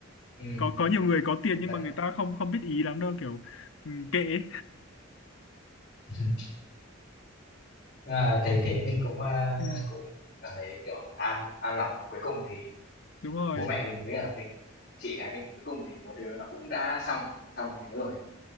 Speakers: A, on the left; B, on the left.
A: Ừm,
B: có có nhiều người có tiền nhưng
A: đấy.
B: mà người ta không không biết ý lắm đâu kiểu ừ, kệ ấy.
A: <laughs> Nhưng mà thấy thế mình cũng, a,
B: ừ,
A: cũng cảm thấy, kiểu, an an lòng. Cuối cùng thì
B: đúng rồi
A: bố mẹ mình với cả mình, chị gái mình, cuối cùng thì một đứa nó cũng đã xong xong một đứa rồi.